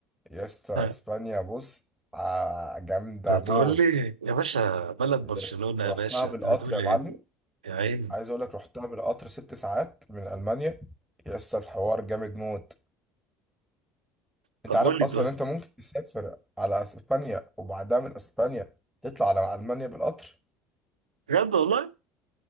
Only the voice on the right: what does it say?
ها،
انت
تقول لي يا باشا بلد برشلونة
يا
باشا
انت بتقول
لي
ايه يا عيني
طب
قول لي
طيب
بجد والله